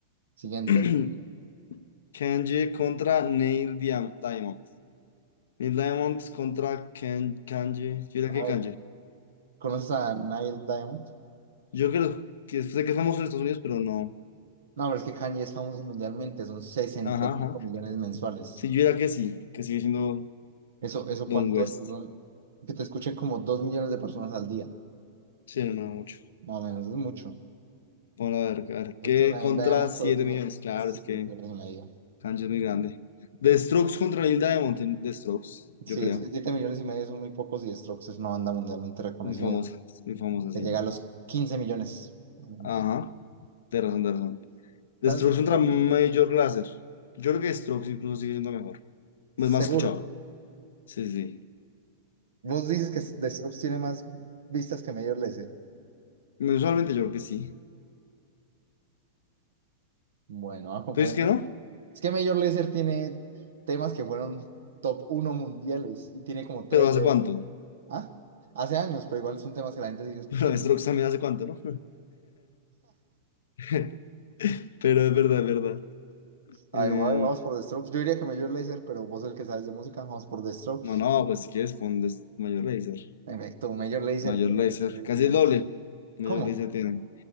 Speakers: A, on the right; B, on the left.
A: Siguiente.
B: <clears throat> Kanye contra Neil Diam- Diamond. Neil Diamond contra Ken, Kanye. Yo diría
A: A
B: que
A: ver,
B: Kanye.
A: ¿conoces a Nile Diamond?
B: Yo creo que sé que es famoso en Estados Unidos, pero no.
A: No, pero es que Kanye es famoso mundialmente, son sesenta
B: Ajá,
A: y cinco
B: ajá.
A: millones mensuales.
B: Sí, yo diría que sí, que sigue siendo
A: ¿Eso, eso
B: Don
A: cuánto
B: West.
A: es? Son- que te escuchen como 2 millones de personas al día,
B: Sí, no, no mucho.
A: más o menos, es mucho.
B: Vamos a ver, a ver.
A: Esto,
B: ¿Qué
A: el
B: contra
A: Diamond
B: 7
A: solo tiene
B: millones? Claro,
A: 7
B: es que
A: millones y medio.
B: Kanji es muy grande. The Strokes contra Neil Diamond. The Strokes, yo
A: Sí,
B: creo.
A: es que 7 millones y medio son muy pocos y Strokes es una banda mundialmente reconocida,
B: Es muy famosa, es muy famosa,
A: que
B: sí.
A: llega a los 15 millones. más
B: Ajá, de razón, de razón.
A: ¿Estás
B: The Strokes contra
A: fuerte?
B: Major Lazer. Yo creo que Strokes incluso sigue siendo mejor.
A: Seguro.
B: Es más escuchado. Sí, sí.
A: Vos dices que The Strokes tiene más vistas que Major Lazer.
B: sí. Usualmente yo creo que sí.
A: Bueno, a confiar
B: Pues es
A: en
B: que
A: vos.
B: no,
A: Es que Major Lazer tiene temas que fueron top uno mundiales y tiene como 3
B: pero ¿hace
A: de
B: cuánto?
A: él.
B: <laughs>
A: Ah, hace años, pero igual son temas que la gente sigue escuchando.
B: Pero Strokes también hace cuánto, ¿no? <laughs> Pero es verdad, es verdad. Em,
A: A ver, voy- vamos por The Strokes. Yo diría que Major Lazer, pero vos el que sabes de música, vamos por The Strokes.
B: No, no, pues si quieres pon des- mayor laser.
A: En efecto, Major Lazer
B: Mayor
A: tiene
B: laser.
A: millones.
B: Casi el doble. Mayor
A: ¿Cómo?
B: laser tiene.